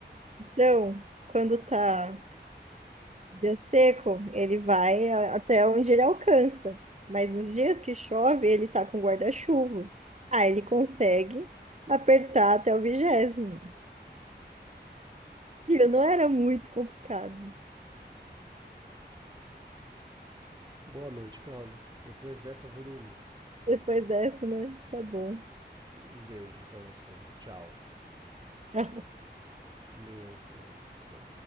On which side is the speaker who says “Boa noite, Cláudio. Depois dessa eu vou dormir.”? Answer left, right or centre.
Right